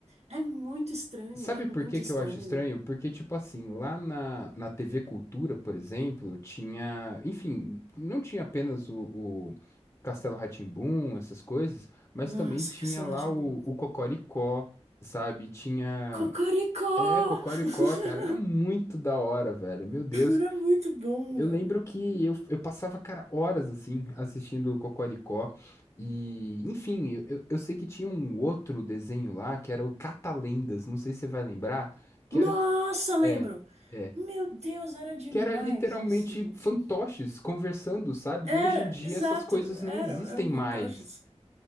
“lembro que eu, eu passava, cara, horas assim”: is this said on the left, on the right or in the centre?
Left